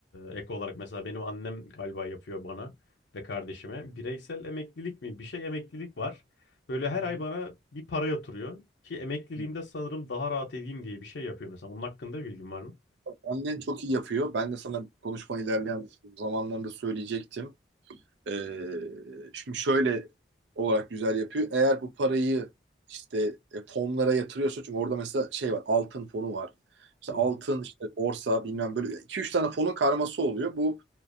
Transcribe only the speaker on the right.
hı
hı.
annen çok iyi yapıyor. Ben de sana konuşma ilerleyen zamanlarında söyleyecektim. Ee, şimdi şöyle olarak güzel yapıyor. Eğer bu parayı işte e, fonlara yatırıyorsa çünkü orada mesela şey var altın fonu var. İşte
altın
işte borsa bilmem böyle iki üç tane fonun karması oluyor. Bu